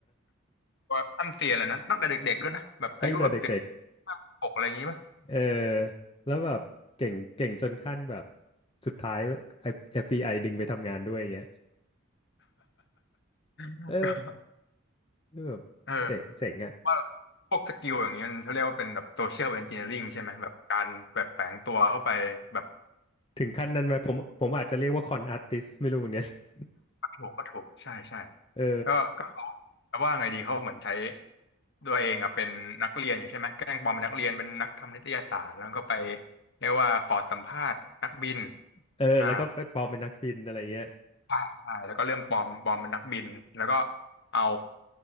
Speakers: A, on the left; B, on the left.
A: ต่ขั้นเซียนเลยนะตั้งแต่เด็กๆด้วยนะแบบอายุแบบสิบ
B: <laughs> ตั้งแต่เด็ก
A: ห้าสิบหกอะไรอย่างงี้ป่ะ
B: ๆเออแล้วแบบเก่งเก่งจนขั้นแบบสุดท้าย FBI ดึงไปทำงานด้วยอย่างเงี้ย
A: <laughs>
B: เออ เออแบบเจ๋งเจ๋งอะ
A: เออว่าพวกสกิลอย่างเงี้ยมันเขาเรียกว่าเป็นแบบโซเชียล e n อนจิเนียริงใช่ไหมแบบการแบบแฝงตัวเข้าไปแบบ
B: ถึงขั้นนั้นไหม ผมผมอาจจะเรียกว่าคอนอาร์ติสไม่รู้เหมือนกัน <laughs>
A: ถูกก็ถูกใช่ใช่
B: เออ
A: ก็ก็เขาแต่ว่าไงดีเขาเหมือนใช้ตัวเองอ่ะเป็นนักเรียนอยู่ใช่ไหมแกล้งปลอมเป็นนักเรียนเป็นนักทำนิตยสารแล้วก็ไปเรียกว่าขอสัมภาษณ์นักบิน
B: เออ
A: อ่า
B: แล้วก็ปลอมเป็นนักบินอะไรเงี้ย
A: ใช่ใช่แล้วก็เริ่มปลอมปลอมเป็นนักบินแล้วก็เอา